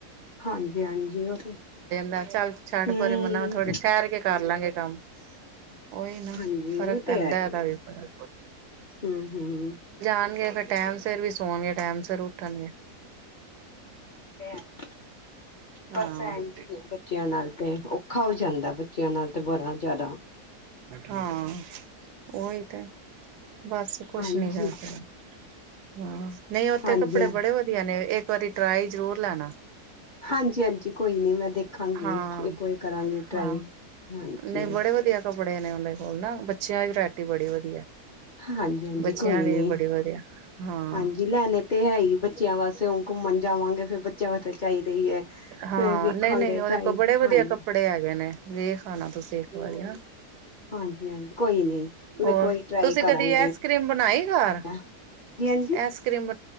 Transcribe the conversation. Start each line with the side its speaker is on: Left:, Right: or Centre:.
Left: ਹਾਂਜੀ ਹਾਂਜੀ ਉਹ ਤੇ-
Right: ਲੈ ਚੱਲ ਛੱਡ
Left: ਹੂੰ
Right: ਭਰੇ ਮਨਾ ਥੋੜੀ ਠਹਿਰ ਕੇ ਕਰ ਲਾਂਗੇ ਕੰਮ। ਓਹੀ ਨਾ
Left: ਹਾਂਜੀ
Right: ਫ਼ਰਕ
Left: ਉਹ
Right: ਪੈਂਦਾ
Left: ਤੇ ਹੈ ਹੀ
Right: ਇਦਾ ਵੀ ਬੜਾ।
Left: ਹੂੰ ਹੂੰ
Right: ਣਗੇ ਫੇਰ ਟੈਮ ਸਿਰ ਵੀ ਸੋਣਗੇ। ਟੈਮ ਸਿਰ ਉੱਠਣਗੇ।
Left: ਤੇ ਹੈ ਹੀ
Right: ਹਾਂ
Left: ਬਸ ਐਂਜ ਈ ਐ ਬੱਚਿਆਂ ਨਾਲ। ਤੇ ਔਖਾ ਹੋ ਜਾਂਦਾ ਬੱਚਿਆਂ ਨਾਲ ਤੇ ਬੜਾ ਜਿਆਦਾ
Right: ਹਾਂ ਉਹੀ ਤੇ ਬਸ ਕੁਛ
Left: ਹਾਂਜੀ
Right: ਨੀ ਕਰ ਸਕੇ। ਹਾਂ ਨਹੀਂ ਉੱਥੇ
Left: ਹਾਂਜੀ
Right: ਕੱਪੜੇ ਬੜੇ ਵਧੀਆ ਨੇ ਇ ਇੱਕ ਵਾਰੀ ਟਰਾਈ ਜ਼ਰੂਰ ਲੈਣਾ।
Left: ਹਾਂਜੀ ਹਾਂਜੀ ਕੋਈ ਨੀ ਮੈਂ ਦੇਖ
Right: ਹਾਂ
Left: ਗੀ ਇੱਕ ਵਾਰੀ ਕਰਾਂਗੀ ਟਰਾਈ।
Right: ਹਾਂ
Left: ਹਾਂਜੀ
Right: ਨਹੀਂ ਬੜੇ ਵਧੀਆ ਕੱਪੜੇ ਨੇ ਉਦੇ ਕੋਲ ਨਾ। ਬੱਚਿਆਂ ਦੀ ਵਰੈਟੀ ਬੜੀ ਵਧੀਆ।
Left: ਹਾਂਜੀ ਹਾਂਜੀ
Right: ਬੱਚਿਆਂ
Left: ਕੋਈ
Right: ਲਈ
Left: ਨੀ
Right: ਬੜੀ ਵਧੀਆ ਹਾਂ
Left: ਹਾਂਜੀ ਲੈਣੇ ਤੇ ਹੈ ਈ ਬੱਚਿਆਂ ਵਾਸਤੇ ਹੁਣ ਘੁੰਮਣ ਜਾਵਾਂਗੇ ਫੇਰ ਜਾਓ ਤਾਂ ਚਾਹੀ- ਦਾ ਐ
Right: ਹਾਂ
Left: ਫੇਰ ਵੇਖਾਂਗੇ
Right: ਨਹੀਂ ਨਹੀਂ ਉਹਦੇ
Left: ਟਰਾਈ
Right: ਕੋਲ ਬੜੇ ਵਧੀਆ
Left: ਹਾਂਜੀ-
Right: ਕੱਪੜੇ ਹੈਗੇ ਨੇ ਵੇਖ ਆਣਾ ਤੁਸੀਂ ਇੱਕ ਵਾਰੀ ਹਣਾ
Left: ਹਾਂਜੀ ਹਾਂਜੀ ਕੋਈ ਨੀ। ਮੈਂ
Right: ਹੋਰ
Left: ਇੱਕ ਵਾਰੀ ਟਰਾਈ
Right: ਤੁਸੀਂ
Left: ਕਰਾਂਗੀ।
Right: ਕਦੀ ਆਈਸ ਕਰ੍ਰੀਮ ਬਣਾਈ ਘਰ
Left: ਹਾਂਜੀ ਹਾਂਜੀ
Right: ਆਈਸ ਕਰ੍ਰੀਮ